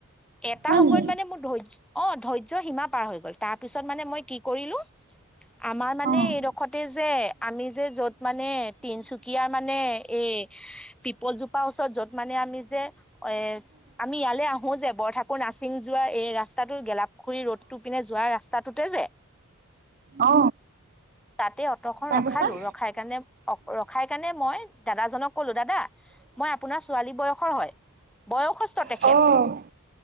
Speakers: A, in the centre; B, on the right (about 45°).
A: এটা
B: হয়
A: সময়ত
B: নি?
A: মানে মোৰ ধৈৰ্য অ ধৈৰ্য্য সীমা পাৰ হৈ গ'ল। তাৰ পিছত মানে মই কি কৰিলোঁ, আমাৰ মানে
B: অ',
A: এইডোখৰ তাতে যে আমি যে য'ত মানে তিনিচুকীয়া মানে এই পিপলজোপাৰ ওচৰত য'ত মানে আমি যে, এ আমি ইয়ালে আহো যে বৰঠ ঠাকুৰ নাচিং যোৱা এই ৰাস্তাটোৰ গেলাপুখুৰী ৰোদটোপিনে যোৱা ৰাস্তাটোতে যে।
B: অ।
A: তাতে অটোখন
B: তাৰপাছত?
A: ৰখালো। ৰখাই কিণে অ ৰখাইকিণে মই দাদাজনক ক'লো, দাদা মই আপোনাৰ ছোৱালী বয়সৰ হয়। বয়সস্থ তেখেত।
B: অ',